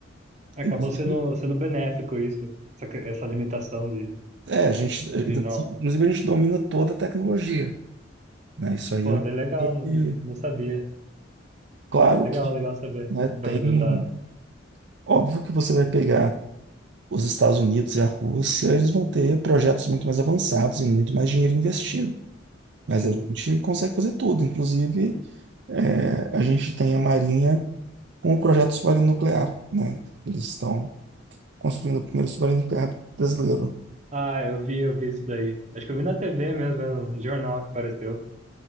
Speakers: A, on the right; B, on the right.
A: Acabou
B: Inclusive,
A: sendo, sendo benéfico isso, essa, que- essa limitação de,
B: É, a gente,
A: de não.
B: inclusive a gente domina toda a tecnologia, né? Isso aí
A: Pô,
B: é uma
A: é legal,
B: coisa
A: não,
B: que,
A: não não sabia.
B: claro
A: Legal,
B: que,
A: legal saber.
B: né,
A: O Brasil
B: tem,
A: tá.
B: óbvio que você vai pegar os Estados Unidos e a Rússia, eles vão ter projetos muito mais avançados e muito mais dinheiro investido. Mas
A: Sim.
B: a gente consegue fazer tudo, inclusive é, a gente tem a Marinha com o projeto submarino nuclear, né? Eles estão construindo o primeiro submarino nuclear brasileiro.
A: Ah, eu vi, eu vi isso daí. Acho que eu vi na TV mesmo, era um jornal que apareceu